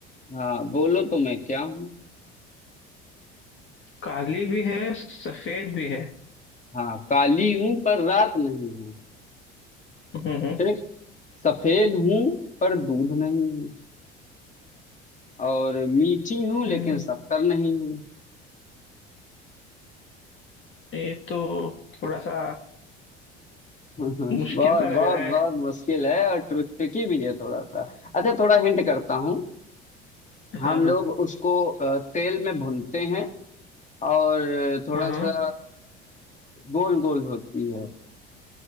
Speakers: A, on the left; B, on the left.
A: हाँ बोलो तो मैं क्या हूँ
B: काली भी है सफेद भी है
A: हाँ काली हूँ पर रात नहीं हूँ
B: हम्म हम्म
A: ठीक सफेद हूँ पर दूध नहीं हूँ और मीठी हूँ लेकिन
B: हम्म,
A: शक्कर नहीं हूँ
B: ये तो थोड़ा सा
A: <laughs> हम्म,
B: मुश्किल
A: बहुत
B: सा लग
A: बहुत
B: रहा है
A: बहुत मुश्किल है और ट्रिकी भी है थोड़ा सा अच्छा थोड़ा हिंट करता हूँ हम
B: हाँ
A: लोग
B: हाँ
A: उसको अ, तेल में भूनते हैं और थोड़ा
B: हाँ हाँ
A: सा गोल गोल होती है